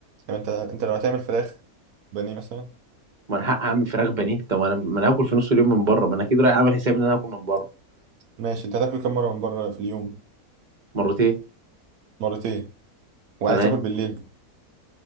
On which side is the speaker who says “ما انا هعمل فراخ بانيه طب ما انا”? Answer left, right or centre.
Right